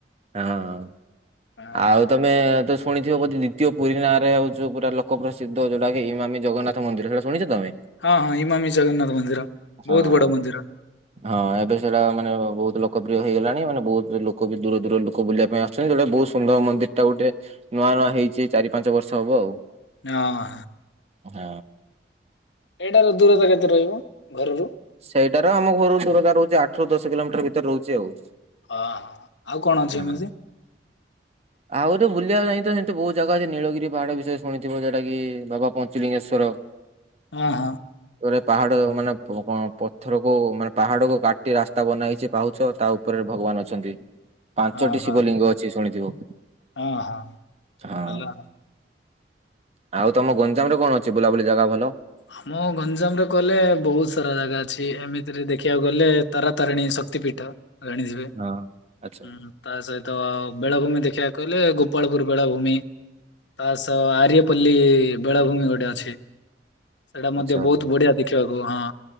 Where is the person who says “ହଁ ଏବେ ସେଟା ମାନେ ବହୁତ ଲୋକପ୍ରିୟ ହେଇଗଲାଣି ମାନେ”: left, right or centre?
Right